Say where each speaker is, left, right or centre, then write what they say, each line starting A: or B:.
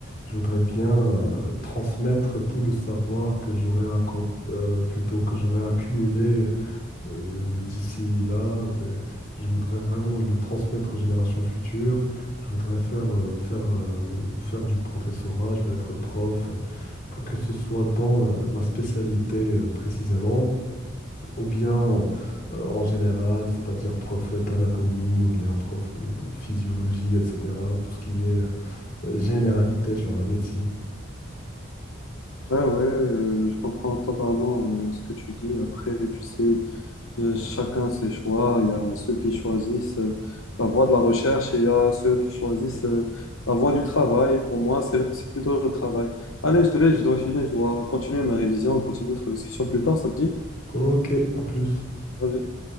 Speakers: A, on the left; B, on the left.
A: je voudrais bien euh, transmettre tout le savoir que j'aurais accom- euh, plutôt que j'aurais accumulé euh, d'ici là. ben, je voudrais vraiment le transmettre aux générations futures. Je voudrais faire, euh, faire, euh, faire du professorat, je veux être prof, euh, que ce soit dans euh, ma spécialité euh, précisément ou bien euh, en général, c'est-à-dire prof d'anatomie ou bien prof de, de physiologie, etc. Tout ce qui est euh, généralité sur la médecine.
B: Ouais, ouais, euh, je comprends totalement euh, ce que tu dis. Après, tu sais, Euh, Chacun ses choix. Il y a ceux qui choisissent euh, la voie de la recherche et il y a ceux qui choisissent euh, la voie du travail. Pour moi, c'est c'est plutôt le travail. Allez, je te laisse, je dois filer, je dois continuer mes révisions, continuer notre discussion plus tard, ça te dit?
A: Ok, à plus.
B: Vas-y.